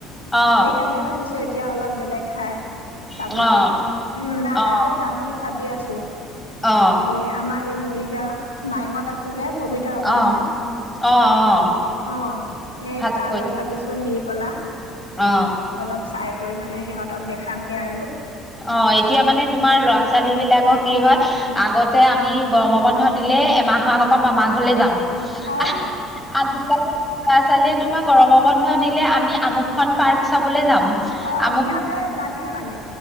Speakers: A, in the centre; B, on the left.
A: অ
B: সেইকাৰণে ভাবিছো এ এতিয়া অলপ বেলেগ ঠাই চাবগে
A: অ
B: উম না
A: অ
B: কাইলৈ যাম বুলি ভাবি আছো। এ
A: অ অ
B: আমাৰ এই মৰিগাঁও মায়ঙত আছে যে পবিত্ৰ অভয়াৰণ্য
A: অ অ অ
B: অ এই
A: ভালকৈ
B: তালৈ ভাবিছো নিপলা
A: অ
B: অলপ চাই কৰি মানে সিহঁতক দেখামগে আৰু।
A: অ এতিয়া মানে তোমাৰ ল'ৰা ছোৱালী বিলাকৰ কি হয় আগতে আমি গৰমৰ বন্ধ দিলে এমাহৰ আগৰ পৰা মামাৰ ঘৰলে যাম।
B: অ',
A: আহ আজিকালি ল'ৰা ছোৱালীয়ে তোমাক গৰম বন্ধ দিলে আমি আমুকখন পাৰ্ক চাবলে যাম।
B: অ
A: আমুক
B: সিহঁতে জানে মানে?